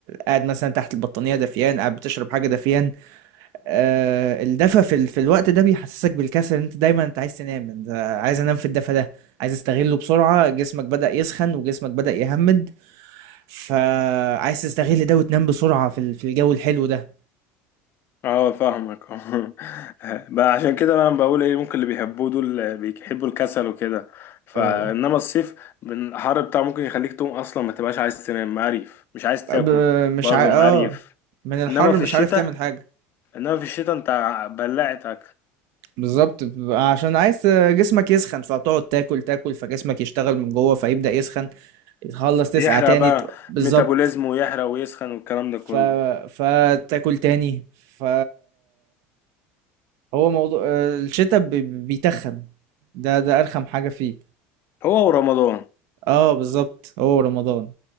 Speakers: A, on the right; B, on the left.
A: قاعد مثلا تحت البطانية دافيان قاعد بتشرب حاجة دافيان آه، الدفى في ال- في الوقت ده بيحسسك بالكسل إن انت دايما انت عايز تنام انت عايز انام في الدفى ده عايز استغله بسرعة جسمك بدأ يسخن وجسمك بدأ يهمد فعايز تستغل ده وتنام بسرعة في ال- في الجو الحلو ده
B: اه فاهمك اه <laughs> بقى عشان كده بقى انا بقول ايه ممكن اللي بيحبوه دول بيحبوا الكسل وكده فانما
A: آه،
B: الصيف من الحر بتاعه ممكن يخليك تقوم اصلا ما تبقاش عايز تنام مقريف مش عايز
A: ب-
B: تاكل
A: مش
B: برضه
A: عا...
B: مقريف
A: اه من الحر
B: انما في
A: مش
B: الشتاء
A: عارف تعمل حاجة
B: انما في الشتاء انت بلعت اكل
A: بالظبط بيبقى عشان عايز جسمك يسخن فتقعد تاكل تاكل فجسمك يشتغل من جوه فيبدأ يسخن تخلص تسقع
B: يحرق
A: تاني
B: بقى
A: ت- بالظبط
B: ميتابوليزم ويحرق ويسخن والكلام ده كله
A: ف... فتاكل تاني ف هو موضوع آه، الشتاء ب... بيتخن ده ده ارخم حاجة فيه
B: هو ورمضان
A: اه بالظبط هو رمضان